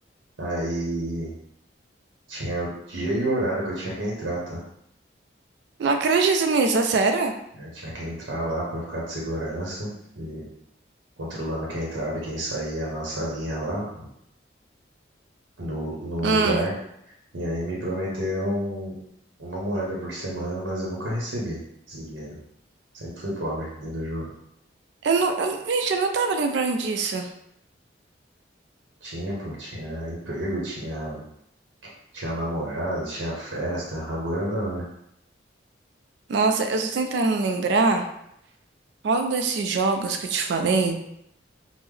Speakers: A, on the right; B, on the right.
A: Aí tinha o dia e o horário que eu tinha que entrar, tá?
B: Não acredito nisso, é sério?
A: Eu tinha que entrar lá pra ficar de segurança, e controlando quem entrava e quem saía na salinha lá, no, no
B: Hum.
A: lugar. E aí me prometeram uma moeda por semana, mas eu nunca recebi esse dinheiro. Sempre fui pobre, nem do jogo.
B: Eu não, eu, gente, eu não tava lembrando disso.
A: Tinha, pô, tinha emprego, tinha, tinha namorada, tinha festa, Rabu era da hora.
B: Nossa, eu tô tentando lembrar. Qual desses jogos que eu te falei